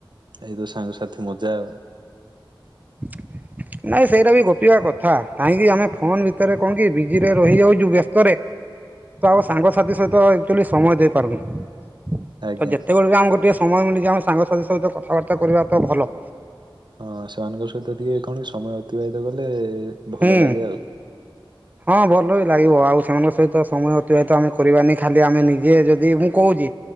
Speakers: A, on the right; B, on the right.
A: ଏଇତ ସାଙ୍ଗସାଥି ମଜା ଆଉ।
B: <inaudible> ନାଇଁ ସେଇଟା ବି ଗୋପିବା କଥା କାହିଁକି ଆମେ ଫୋନ ଭିତରେ କଣ କି ବିଜି ରେ ରହି ଯାଉଛୁ ବ୍ୟସ୍ତରେ ତ ଆଉ ସାଙ୍ଗସାଥି ସହିତ ଆଚୁଆଲି ସମୟ ଦେଇ ପାରୁନି। ତ
A: ଆଜ୍ଞା।
B: ଯେତେବେଳେ ବି ଆମକୁ ଟିକେ ସମୟ ମିଳିଛି ଆମେ ସାଙ୍ଗସାଥି ସହିତ କଥାବାର୍ତ୍ତା କରିବା ତ ଭଲ।
A: ହଁ ସେମାନଙ୍କ ସହିତ ଟିକେ କଣ ସମୟ ଅତିବାହିତ କଲେ ଭଲ
B: ହୁଁ
A: ଲାଗେ ଆଉ।
B: ହଁ ଭଲ ବି ଲାଗିବ ଆଉ ସେମାନଙ୍କ ସହିତ ସମୟ ଅତିବାହିତ ଆମେ କରିବାନି ଖାଲି ଆମେ ନିଜେ ଯଦି ମୁଁ କହୁଛି